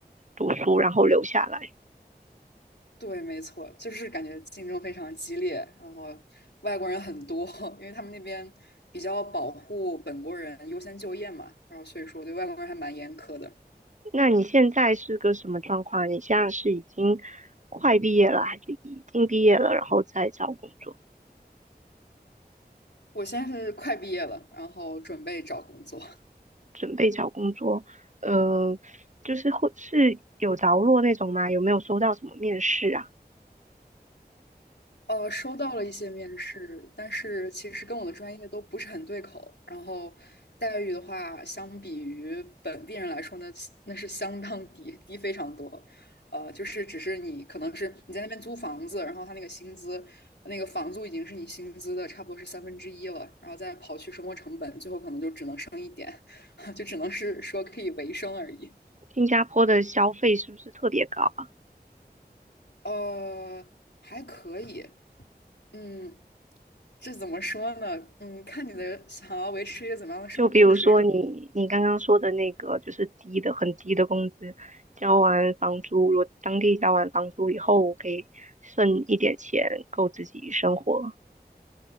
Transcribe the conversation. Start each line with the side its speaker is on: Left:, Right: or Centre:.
Right: 读书，然后留下来。
Left: 对，没错，就是感觉竞争非常激烈，然后外国人很多，因为他们那边比较保护本国人优先就业嘛，然后所以说我对外国人还蛮严苛的。
Right: 那你现在是个什么状况？你现在是已经快毕业了，还是已经毕业了，然后再找工作？
Left: 我现在是快毕业了，然后准备找工作。
Right: 准备找工作，呃，就是会是有着落那种吗？有没有收到什么面试啊？
Left: 呃，收到了一些面试，但是其实跟我的专业都不是很对口。然后待遇的话，相比于本地人来说呢，那是相当低，低非常多。呃，就是只是你可能是你在那边租房子，然后他那个薪资，那个房租已经是你薪资的差不多是三分之一了，然后再刨去生活成本，最后可能就只能生，<laughs> 就只能是说可以维生而已。
Right: 新加坡的消费是不是特别高啊？
Left: 呃，还可以。嗯，这怎么说呢？嗯，看你的想要维持一个怎么样的生活水准。
Right: 就比如说你你刚刚说的那个，就是低的很低的工资，交完房租，如果当地交完房租以后，我可以剩一点钱够自己生活，